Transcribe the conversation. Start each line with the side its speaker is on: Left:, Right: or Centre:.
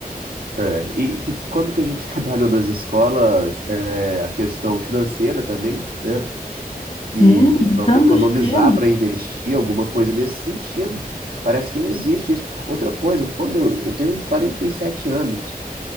Right: É. E que, quando que a gente <laughs> trabalhou nas escolas, é, a questão financeira também, né? Que
Left: Sim,
Right: vamos
Left: tantos
Right: economizar
Left: temas.
Right: para investir alguma coisa nesse sentido. Parece que não existe isso. Outra coisa, quando eu, eu tenho quarenta e sete anos,